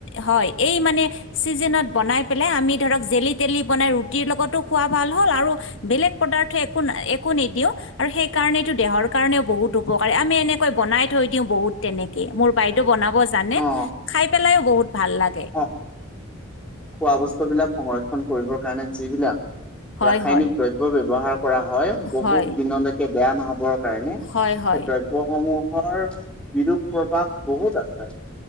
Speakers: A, on the left; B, in the centre.
A: হয়, এই মানে চিজনত বনাই পেলাই আমি ধৰক জেলি তেলি বনাই ৰুটিৰ লগতো খোৱা ভাল হ'ল আৰু বেলেগ পদাৰ্থ একো একো নিদিও আৰু সেই কাৰণটো দেহৰ কাৰণেও বহুত উপকাৰী। আমি তেনেকৈ বনাই থৈ দিওঁ বহুত তেনেকে মোৰ বাইদেউ বনাব জানে
B: অ
A: খাই পেলাই বহুত ভাল লাগে।
B: খোৱা বস্তুবিলাক সংৰক্ষণ কৰিবৰ কাৰণে যিবিলাক
A: হয়,
B: ৰাসায়নিক
A: হয়,
B: দ্ৰব্য ব্যৱহাৰ কৰা হয় বহুত
A: হয়,
B: দিনলৈকে বেয়া নহ'বৰ কাৰণে সেই
A: হয়, হয়,
B: দ্ৰব্য সমূহৰ বিৰূপ প্ৰভাব বহুত আছে।